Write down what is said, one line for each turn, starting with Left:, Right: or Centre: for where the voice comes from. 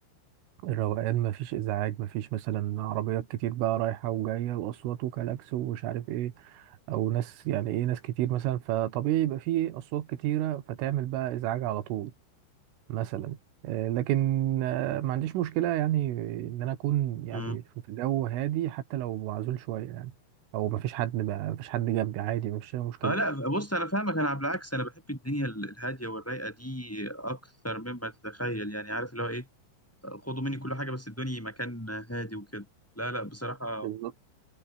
Right: الروقان مفيش ازعاج مفيش مثلا عربيات كتير بقى رايحه وجايه واصوات وكلاكس ومش عارف ايه او ناس يعني ايه ناس كتير مثلا فطبيعي يبقى فيه اصوات كتيره فتعمل بقى ازعاج على طول مثلا آه، لكن آه، ما عنديش مشكله يعني ان انا اكون
Centre: مم.
Right: يعني في جو هادي حتى لو معزول شويه يعني او مفيش حد بقى مفيش حد جنبي عادي مفيش أي مشكله
Centre: آه، لا بص انا فاهمك انا على العكس انا بحب الدنيا ال- الهاديه والرايقه دي اكثر مما تتخيل يعني عارف اللي هو ايه خدوا مني كل حاجة بس ادوني مكان هادي وكده لا لا بصراحة
Right: بالظبط